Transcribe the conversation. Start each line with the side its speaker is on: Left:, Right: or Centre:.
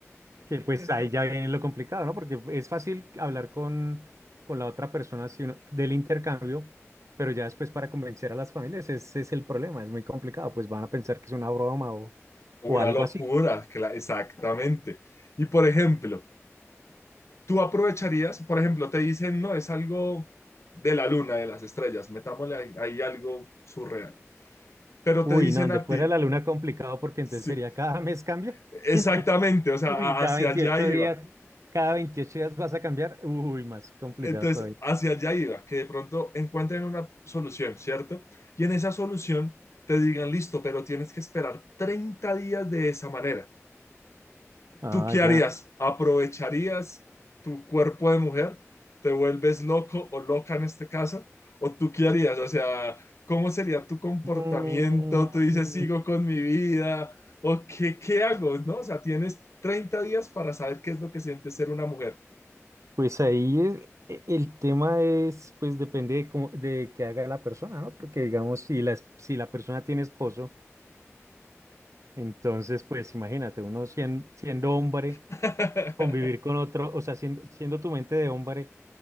Right: Que pues ahí ya viene lo complicado, ¿no? Porque es fácil hablar con, con la otra persona si uno- del intercambio, pero ya después para convencer a las familias, ese es el problema, es muy complicado, pues van a pensar que es una broma o,
Left: una
Right: o algo
Left: locura,
Right: así.
Left: cla- exactamente. Y por ejemplo, tú aprovecharías, por ejemplo, te dicen, no, es algo de la luna, de las estrellas, metámosle ahí, ahí algo surreal. Pero
Right: Uy,
Left: te dicen
Right: no, donde
Left: a
Right: fuera
Left: ti,
Right: la luna complicado porque entonces
Left: sí,
Right: sería cada mes cambio.
Left: exactamente,
Right: <laughs>
Left: o sea,
Right: Uy,
Left: a-
Right: cada
Left: hacia
Right: 28
Left: allá iba.
Right: días, cada 28 días vas a cambiar. Uy, más complicado
Left: Entonces,
Right: todavía.
Left: hacia allá iba, que de pronto encuentren una solución, ¿cierto? Y en esa solución te digan, listo, pero tienes que esperar 30 días de esa manera.
Right: Ah,
Left: ¿Tú qué harías?
Right: ya.
Left: ¿Aprovecharías tu cuerpo de mujer? ¿Te vuelves loco o loca en este caso? ¿O tú qué harías? O sea, ¿cómo sería tu comportamiento?
Right: Mm.
Left: ¿Tú dices, sigo con mi vida? ¿O qué, qué hago? ¿No? O sea, tienes 30 días para saber qué es lo que siente ser una mujer.
Right: Pues ahí es- e- el tema es, pues depende de cómo, de qué haga la persona, ¿no? Porque digamos, si la, es- si la persona tiene esposo, entonces, pues imagínate, uno sien- siendo, hombre,
Left: <laughs>
Right: convivir con otro, o sea, siendo, siendo tu mente de hombre,